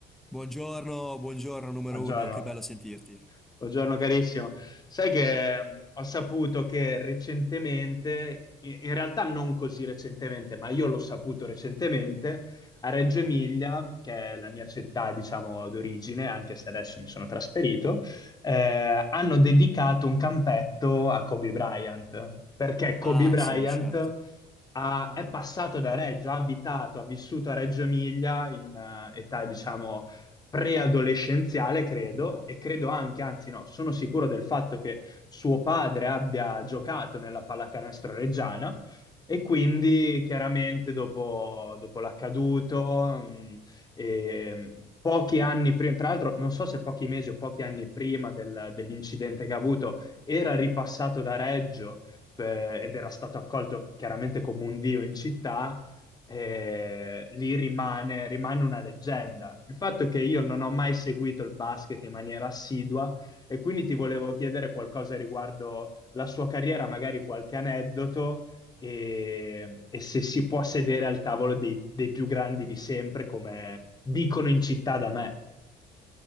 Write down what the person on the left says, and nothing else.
Buongiorno.
Buongiorno carissimo. Sai che mh, ho saputo che recentemente, i- in realtà non così recentemente, ma io l'ho saputo recentemente, a Reggio Emilia, che è la mia città, diciamo, d'origine, anche se adesso mi sono trasferito, eh, hanno dedicato un campetto a Kobe Bryant, perché Kobe
Bryant
ha- è passato da Reggio, ha abitato, ha vissuto a Reggio Emilia in eh, età, diciamo, preadolescenziale, credo, e credo anche, anzi no, sono sicuro del fatto che suo padre abbia giocato nella pallacanestro reggiana e quindi chiaramente dopo, dopo l'accaduto, mh, e pochi anni prima, tra l'altro non so se pochi mesi o pochi anni prima del- dell'incidente che ha avuto, era ripassato da Reggio eh, ed era stato accolto chiaramente come un dio in città, eh, lì rimane, rimane una leggenda. Il fatto è che io non ho mai seguito il basket in maniera assidua e quindi ti volevo chiedere qualcosa riguardo la sua carriera, magari qualche aneddoto e, e se si può sedere al tavolo dei, dei più grandi di sempre, come dicono in città da me.